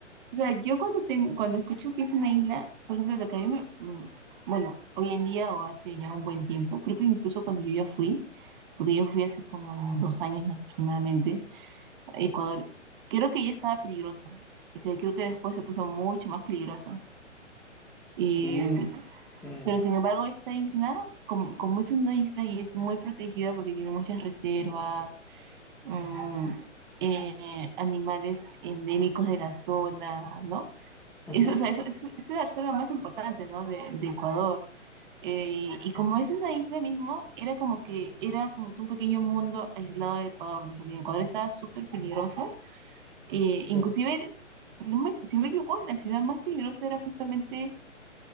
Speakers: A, on the right; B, in the centre.
A: O sea, yo cuando tengo, cuando escucho que es una isla, por ejemplo, lo que a mí me, mm, bueno, hoy en día o hace ya un buen tiempo, creo que incluso cuando yo ya fui, porque yo fui hace como dos años más aproximadamente a Ecuador, creo que ya estaba peligroso. O sea, creo que después se puso mucho más peligroso. Y
B: Sí. mm,
A: Pero sin embargo, esta isla, como, como es una isla y es muy protegida porque tiene muchas reservas, mm, eh, animales endémicos de la zona, ¿no?
B: ujú,
A: Eso, o sea, eso, eso- es la reserva más importante, ¿no? De, de Ecuador. Eh, y como es una isla mismo, era como que era como que un pequeño mundo aislado de Ecuador, ¿no? Porque Ecuador estaba súper peligroso. Eh, inclusive,
B: sí,
A: no me- si no me equivoco, la ciudad más peligrosa era justamente